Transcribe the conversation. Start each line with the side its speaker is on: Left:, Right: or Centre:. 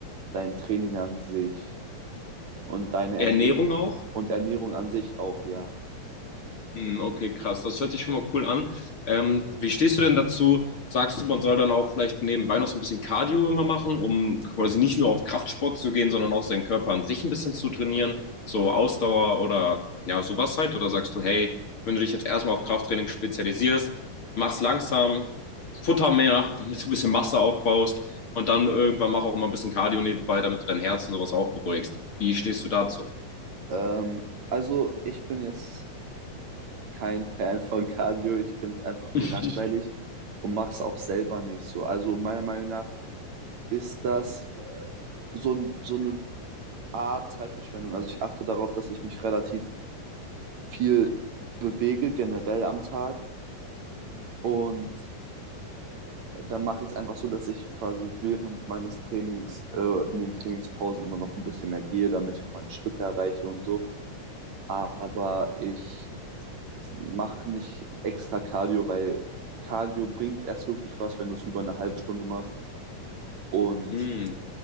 Right: dein Training an sich und deine
Left: Ernährung
Right: Ernähr
Left: auch?
Right: und Ernährung an sich auch, ja.
Left: Hm, Okay, krass. Das hört sich schon mal cool an. Ähm, wie stehst du denn dazu? Sagst du, man soll dann auch vielleicht nebenbei noch so ein bisschen Cardio immer machen, um quasi nicht nur auf Kraftsport zu gehen, sondern auch seinen Körper an sich ein bisschen zu trainieren, so Ausdauer oder ja, sowas halt? Oder sagst du, hey, wenn du dich jetzt erstmal auf Krafttraining spezialisierst, mach's langsam, futter mehr, <laughs> damit du ein bisschen Masse aufbaust und dann irgendwann mach auch immer ein bisschen Cardio nebenbei, damit du dein Herz und sowas auch beruhigst. Wie stehst du dazu?
Right: Ähm, also ich bin jetzt kein <laughs> Fan von Cardio. Ich finde es einfach
Left: <laughs>
Right: nur langweilig und mache es auch selber nicht so. Also meiner Meinung nach ist das äh, so, ein, so eine Art Zeitverschwendung. Also ich achte darauf, dass ich mich relativ viel bewege, generell am Tag. Und äh, dann mache ich es einfach so, dass ich quasi während meines Trainings äh, in den Trainingspausen immer noch ein bisschen mehr gehe, damit ich auch meine Schritte erreiche und so. Aber ich mache nicht extra Cardio, weil Cardio bringt erst wirklich was, wenn du es über eine halbe Stunde machst. Und
Left: Mm,